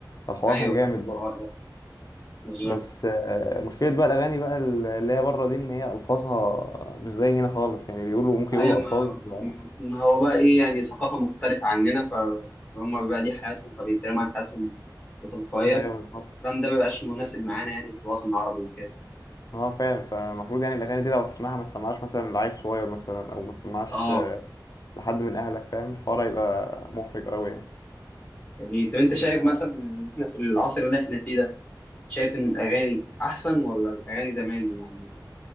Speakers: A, on the left (about 50°); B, on the left (about 15°).
A: الحوار
B: ايوه
A: كان جامد
B: فاكر الحوار
A: برضه
B: ده بالظبط
A: بس آه، مشكلة بقى الاغاني بقى اللي هي بره دي ان هي الفاظها مش زي هنا خالص يعني بيقولوا ممكن
B: ايوه
A: يقولوا
B: ما
A: الفاظ آه،
B: ما هو بقى ايه يعني ثقافه مختلفه عننا فهم بقى دي حياتهم فبيتكلموا عن حياتهم بتلقائيه
A: ايوه بالظبط
B: الكلام ده مبيبقاش مناسب معانا يعني في الوطن العربي وكده
A: اه فعلا فالمفروض يعني الاغاني دي لو تسمعها ما تسمعهاش مثلا لعيل صغير مثلا او ما تسمعهاش
B: اه
A: آه، لحد من اهلك فاهم الحوار هيبقى محرج قوي يعني
B: يعني طب انت
A: بيبقى
B: شايف مثلا ان احنا في العصر اللي احنا فيه ده شايف ان الاغاني احسن ولا الاغاني زمان يعني